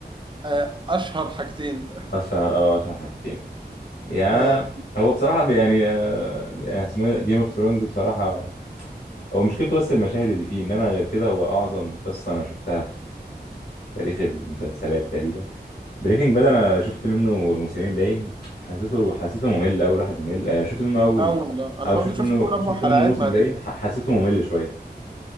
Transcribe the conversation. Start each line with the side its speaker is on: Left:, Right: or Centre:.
Right: آه، اشهر حاجتين
Left: اشرف اه اشرف حكيمي يا
Right: آه،
Left: هو بصراحه يعني آه، اسمه جيم اوف ثرونز بصراحه هو مشكلته بس المشاهد اللي فيه انما غير كده هو اعظم قصه انا شفتها في تاريخ المسلسلات تقريبا بريكنج باد انا شفت منه موسمين باين حسيته حسيته ممل اول واحد ممل آه، شفت منه اول
Right: الاول آه، انا
Left: او
Right: برضو
Left: شفت
Right: شفت
Left: منه
Right: اول اربع
Left: شفت
Right: حلقات
Left: منه موسم
Right: ما
Left: باين ح- حسيته ممل شويه